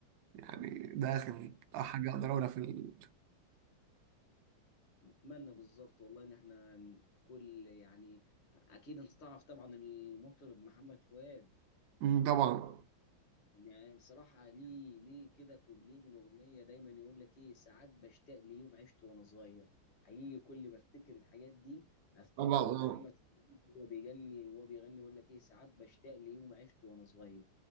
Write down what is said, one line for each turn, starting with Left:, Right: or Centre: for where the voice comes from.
Right: يعني ده اخر حاجه اقدر اقولها في ال...
Left: اتمنى بالظبط والله ان احنا كل يعني اكيد انت تعرف طبعا المطرب محمد فؤاد
Right: مم، طبعا
Left: يعني بصراحه ليه ليه كده كوبليه من اغنيه دايما يقول لك ايه ساعات بشتاق ليوم عشت وانا صغير حقيقي كل ما افتكر الحاجات دي افتكر
Right: طبعا اه
Left: محمد فؤاد وهو بيغني وهو بيغني يقول لك ايه ساعات بشتاق ليوم عشت وانا صغير